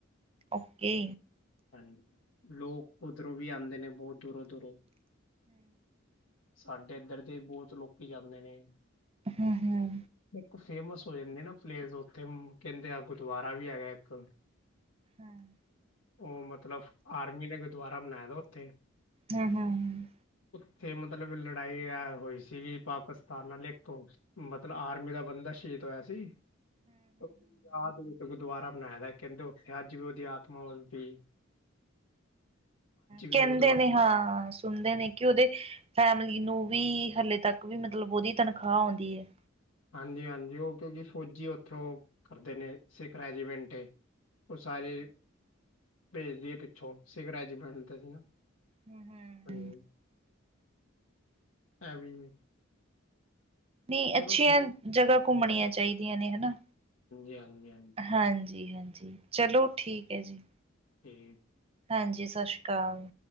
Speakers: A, on the right; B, on the left.
A: ਓਕੇ।
B: ਹਾਂਜੀ ਲੋਕ ਉੱਧਰੋਂ ਵੀ ਆਂਦੇ ਨੇ ਬਹੁਤ ਦੂਰੋਂ- ਦੂਰੋਂ ਸਾਡੇ ਇੱਧਰ ਤੇ ਬਹੁਤ ਲੋਕੀ ਜਾਂਦੇ ਨੇ।
A: ਹਮ -ਹਮ।
B: ਇੱਕ ਫੇਮਸ ਹੋ ਜਾਂਦੀ ਨਾ ਪਲੇਸ, ਉੱਥੇ ਕਹਿੰਦੇ ਆ ਗੁਰਦੁਆਰਾ ਵੀ ਹੈਗਾ ਇੱਕ।
A: ਹਾਂ <inaudible>
B: ਉਹ ਮਤਲਬ ਆਰਮੀ ਨੇ ਗੁਰਦੁਆਰਾ ਬਣਾਇਆ ਨਾ ਉੱਥੇ।
A: ਹਮ -ਹਮ ਹ
B: ਉੱਥੇ ਮਤਲਬ ਲੜਾਈ ਹੋਈ ਸੀਗੀ ਪਾਕਿਸਤਾਨ ਨਾਲੇ ਇੱਕਥੋਂ ਮਤਲਬ ਆਰਮੀ ਦਾ ਬੰਦਾ ਸ਼ਹੀਦ ਹੋਇਆ ਸੀ। ਯਾਦ ਵਿੱਚ ਗੁਰਦੁਆਰਾ ਬਣਾਇਆ ਵਾਂ ਕਹਿੰਦੇ ਉੱਥੇ ਅੱਜ ਵੀ ਉਹਦੀ ਆਤਮਾ ਉਸਦੀ
A: ਕਹਿੰਦੇ
B: ਉਹ ਗੁਰਦੁਆਰਾ
A: ਨੇ ਹਾਂ, ਸੁਣਦੇ ਨੇ। ਕਿ ਉਹਦੀ ਫੈਮਲੀ ਨੂੰ ਵੀ ਹਲੇ ਤੱਕ ਵੀ ਮਤਲਬ ਉਹਦੀ ਤਨਖਾਹ ਆਉਂਦੀ ਹੈ।
B: ਹਾਂਜੀ - ਹਾਂਜੀ ਉਹ ਕਿਉਂਕਿ ਫੌਜੀ ਉੱਥੋਂ ਕਰਦੇ ਨੇ ਸਿੱਖ ਰੈਜੀਮੈਂਟ ਦੇ। ਉਹ ਸਾਰੇ <inaudible> ਭੇਜਦੀ ਪਿੱਛੋਂ ਸਿੱਖ ਰੈਜੀਮੈਂਟ ਦੇ ਸੀ ਨਾ।
A: ਹਮ -ਹਮ।
B: <unintelligible> ਹੈ ਵੀ
A: ਨਹੀਂ
B: ਚਲੋ
A: ਅੱਛੀਆਂ
B: ਠੀਕ
A: ਜਗ੍ਹਾ ਘੁੰਮਣੀਆਂ ਚਾਹੀਦੀਆਂ ਨੇ ਹਨਾ।
B: ਹਾਂਜੀ-ਹਾਂਜੀ।
A: ਹਾਂਜੀ -ਹਾਂਜੀ, ਚਲੋ ਠੀਕ ਹੈ ਜੀ।
B: ਅਤੇ <unintelligible>
A: ਹਾਂਜੀ, ਸਤਿ ਸ਼੍ਰੀ ਅਕਾਲ।